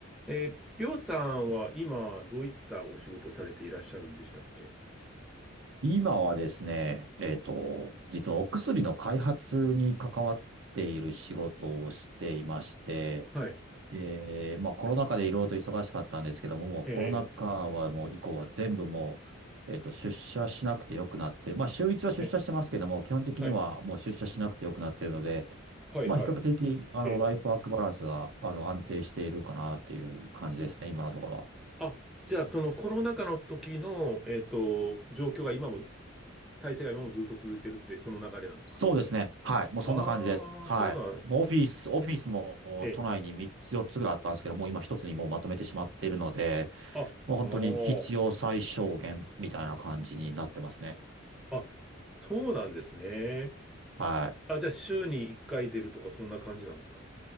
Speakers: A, in the centre; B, on the right.
A: えー、りょうさんは今どういったお仕事をされていらっしゃるんでしたっけ
B: 今はですね、えっと、実はお薬の開発に関わっている仕事をしていまして、
A: はい。
B: で、まあコロナ禍でいろいろと忙しかったんですけども、もうコロナ禍はもう以降は全部もう、
A: ええ、
B: えっと、出社しなくてよくなって、まあ週一は出社してますけども、
A: ええ、え
B: 基本的にはもう出社しなくてよくなっているので、
A: えはい、はい、
B: まあ比較的、
A: はい。
B: あの、
A: ええ。
B: ライフワークバランスが、あの、安定しているかなっていう感じですね、今のところは。
A: あ、じゃあそのコロナ禍の時の、えっと、状況が今も、体制が今もずっと続いてるって、その流れなんですか
B: そうですね。はい。もうそんな感じです。
A: ああー、
B: はい。
A: そうなん、
B: もうオフィス、オフィスも都内に3つ4つぐらいあったんですけど、
A: ええ。
B: もう今一つにもうまとめてしまっているので、
A: あ、あー
B: もう本当に必要最小限みたいな感じになってますね。
A: あ、そうなんですね。
B: はい。
A: あ、じゃあ週に1回出るとかそんな感じなんですか